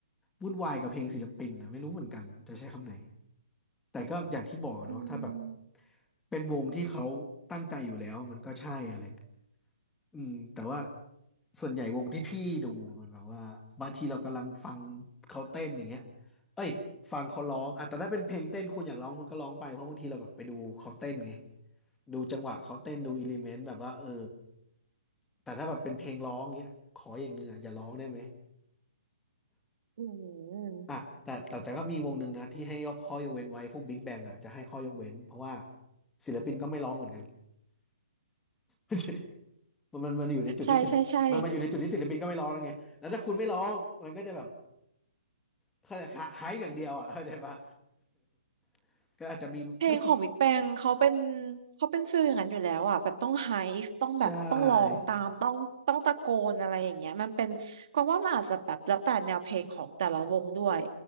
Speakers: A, in the centre; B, on the right (about 40°).
A: วุ่นวายกับเพลงศิลปินนะไม่รู้เหมือนกันจะใช้คำไหนแต่ก็อย่างที่บอกอะเนาะถ้าแบบ
B: อืม
A: เป็นวงที่เขาตั้งใจอยู่แล้วมันก็ใช่อะไร อืมแต่ว่าส่วนใหญ่วงที่พี่ดูมันแบบว่าบางทีเรากำลังฟังเขาเต้นอย่างเงี้ยเอ้ยฟังเขาร้องอ่ะแต่ถ้าเป็นเพลงเต้นคุณอยากร้องคุณก็ร้องไปเพราะบางทีเราแบบไปดูเขาเต้นไงดูจังหวะเขาเต้นดูอิเลเมนต์แบบว่าเออแต่ถ้าแบบเป็นเพลงร้องเงี้ยขออย่างหนึ่งอ่ะอย่าร้องได้ไหม
B: อืม
A: อ่ะแต่แต่แต่ก็มีวงหนึ่งนะที่ให้ยกข้อยกเว้นไว้พวกบิ๊กแบงอ่ะจะให้ข้อยกเว้นเพราะว่าศิลปินก็ไม่ร้องเหมือนกัน <laughs> มันมันมันอยู่ในจุดที่ศิลป์มันมาอยู่ในจุดที่ศิลปินก็ไม่ร้องแล้วไงแล้วถ้าคุณไม่ร้องมันก็จะแบบ
B: ใช่ใช่ใช่
A: เขาเรียกหาหายอย่างเดียวอ่ะเข้าใจปะ <laughs> ก็อาจจะมีไม่กี่
B: เพลงของบิ๊กแปงเขาเป็นเขาเป็นฟิลอย่างนั้นอยู่แล้วอ่ะแบบต้องไฮฟ์ต้องแบบต้องร้องตามต้องต้องตะโกนอะไรอย่างเงี้ยมันเป็นกวางว่ามันอาจจะแบบแล้วแต่แนวเพลงของแต่ละวงด้วย
A: ใช่